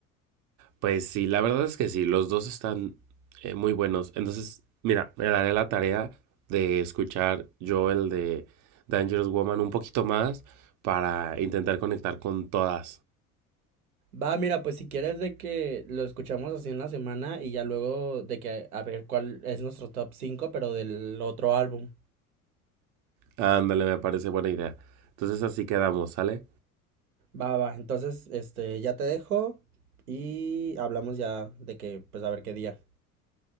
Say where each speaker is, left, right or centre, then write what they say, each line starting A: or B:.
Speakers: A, on the right; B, on the right.
A: Pues sí, la verdad es que sí, los dos están eh, muy buenos. Entonces, mira, me daré la tarea de escuchar yo el de Dangerous Woman un poquito más para intentar conectar con todas.
B: Va, mira, pues si quieres de que lo escuchamos así en la semana y ya luego de que a, a ver cuál es nuestro top cinco pero del otro álbum.
A: Ándale, me parece buena idea. Entonces así quedamos, ¿sale?
B: Va, va, entonces, este, ya te dejo y hablamos ya de que, pues a ver qué día.